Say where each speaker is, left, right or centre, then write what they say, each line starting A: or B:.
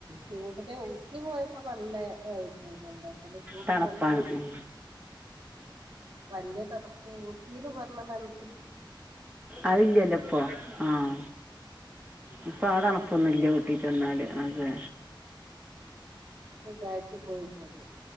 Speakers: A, on the right; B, on the right.
A: ചൂട്ടത്തെ ഊങ്ങി പോയപ്പോ നല്ല ഓ ഇല്ല നലച്ചൂടും
B: തണുപ്പാണ്
A: തണുപ്പ്
B: ഉം.
A: വലിയ തണുപ്പൂട്ടീന്ന് പറഞ്ഞ തണു
B: അയില്ലല്ല ഇപ്പൊ ആഹ ഇപ്പൊ ആ തണുപ്പൊന്നുല്ല
A: അങ്ങനെ വന്ന്
B: ഊട്ടി ചെന്നാൽ അതെ
A: ബുധനാഴ്ച പോയി പോന്നു